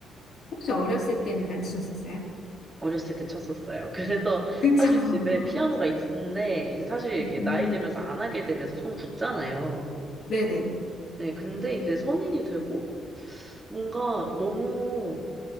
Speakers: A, on the left; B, on the right.
A: 혹시 어렸을 때는 안 치셨었어요?
B: 어렸을 때 쳤었어요. <laughs> 그래서
A: 그쵸?
B: 사실 집에
A: <laughs>
B: 피아노가 있는데 이제 사실 이게 렇
A: 음.
B: 나이 들면서 안 하게 되면서 손 굳잖아요.
A: 네네.
B: 네, 근데 이제 성인이 되고 뭔가 너무